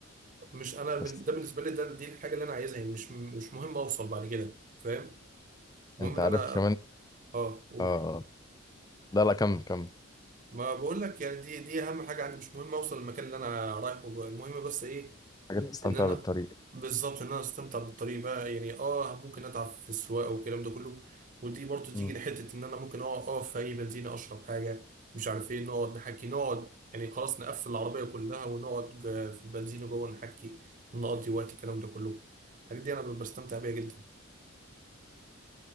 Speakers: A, on the right (about 40°); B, on the left (about 20°).
A: مش انا بن-
B: بس
A: ده بالنسبه لي ده دي الحاجه اللي انا عايزها يعني مش مش مهم اوصل بعد كده فاهم المهم
B: انت
A: ان
B: عارف
A: انا
B: كمان
A: اه قول
B: اه لا لا كمل كمل
A: ما بقول لك يعني دي دي اهم حاجه عندي مش مهم اوصل المكان اللي انا رايحه المهم بس ايه
B: حاجات تستمتع
A: ان انا
B: بالطريق
A: بالظبط ان انا استمتع بالطريق بقى يعني اه ممكن اتعب في السواقه والكلام ده كله ودي برضو
B: مم.
A: تيجي لحته ان انا ممكن اقف اقف في اي بنزينه اشرب حاجه مش عارف ايه نقعد نحكي نقعد يعني خلاص نقفل العربيه كلها ونقعد ج- في البنزينه جوه نحكي نقضي وقت الكلام ده كله الحاجات دي انا بستمتع بيها جدا